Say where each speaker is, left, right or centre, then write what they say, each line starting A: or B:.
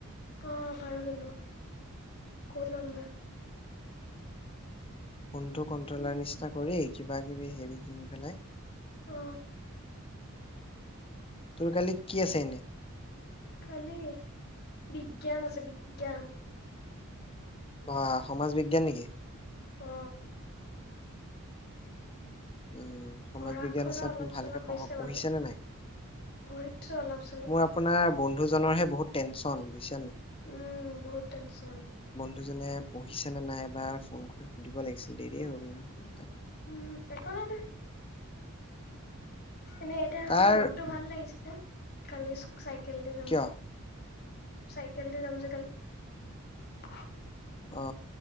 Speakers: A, on the left; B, on the left.
A: অ পাৰোঁ কিন্তু, কৰি লম দে
B: ফোনটো কণ্ট্ৰলাৰ
A: উম
B: নিচিনা কৰি কিবা কিবি হেৰি কিনি পেলাই
A: অ
B: তোৰ কালি কি আছে এনে?
A: কালি বিজ্ঞান আছে বিজ্ঞান।
B: বা সমাজ বিজ্ঞান নেকি?
A: অ
B: উম সমাজ
A: পঢ়া
B: বিজ্ঞান
A: শুনা
B: আছে আপুনি
A: অলপ
B: ভালকে
A: চলপ
B: পঢ়ক।
A: হৈছে
B: পঢ়িছে
A: বাৰু
B: নে নাই?
A: পঢ়িছো অলপ চলপ
B: মোৰ আপোনাৰ আ বন্ধু জনৰ হে বহুত টেনচন হৈছে।
A: উম বহুত টেনচন।
B: মানুহজনে পঢ়িছে নে নাইবা ফোন কৰি সুধিব লাগিছিল। দেৰিয়ে হ'ল না কথা টো
A: উম একো নাই দে এনে এতিয়া
B: তাৰ
A: মোৰ মনটো ভাল লাগিছে। কালি স্ চাইকেল দি যাম
B: কিয়
A: যে। চাইকেল দি যাম যে কালি।
B: অ